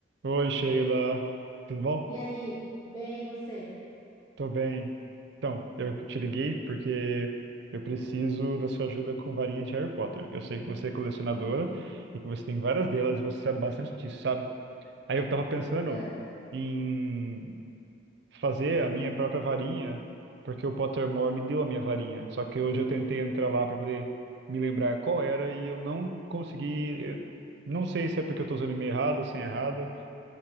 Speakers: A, on the right; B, on the left.
A: Oi, Sheila. Tudo bom?
B: E aí? Bem, e você?
A: Tô bem. Então, eu te liguei porque eu preciso da sua ajuda com varinha de Harry Potter. Eu sei que você é colecionadora e que você tem várias delas e você sabe bastante disso, sabe? Aí eu tava pensando
B: Ah,
A: em fazer a minha própria varinha, porque o Pottermore me deu a minha varinha. Só que hoje eu tentei entrar lá para poder me lembrar qual era e eu não consegui. eu Não sei se é porque eu tô usando meio errada, sem errada.